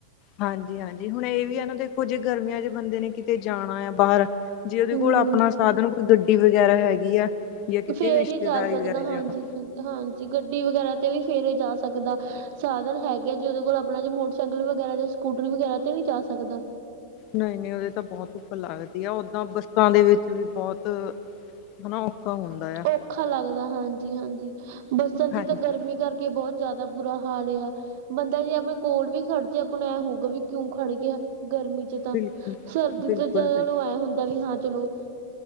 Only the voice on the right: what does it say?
ਹਮ
ਫੇਰ
ਹੀ ਜਾ ਸਕਦਾ
ਹਾਂਜੀ
ਹਾਂਜੀ ਗੱਡੀ ਵਗੈਰਾ ਤੇ ਵੀ ਫਿਰ ਹੀ ਜਾ ਸਕਦਾ ਸਾਧਨ ਹੈਗੇ ਜੇ ਉਹਦੇ ਕੋਲ ਆਪਣਾ ਜੀ ਮੋਟਰ ਸਾਈਕਲ ਵਗੈਰਾ ਜਾਂ ਸਕੂਟਰੀ ਵਗੈਰਾ ਤੇ ਨਹੀਂ ਜਾ ਸਕਦਾ?
ਔਖਾ ਲੱਗਦਾ ਹਾਂਜੀ -ਹਾਂਜੀ ਬੱਸਾਂ ਚ
ਤਾਂ ਗਰਮੀ ਕਰਕੇ ਬਹੁਤ ਜ਼ਿਆਦਾ ਬੁਰਾ ਹਾਲ ਆ। ਬੰਦਾ ਜੇ ਆਪਣੇ ਕੋਲ ਵੀ ਖੜ ਜਾਏ ਆਪਾਂਨੂੰ ਐ ਹੋਊਗਾ ਵੀ ਕਿਉਂ ਖੜ ਗਿਆ ਗਰਮੀ ਚ। ਤਾਂ
ਸਰਦੀ
ਤੇ ਚ ਚਲੋ ਅਹਿ ਹੁੰਦਾ ਵੀ ਹਾਂ ਚਲੋ।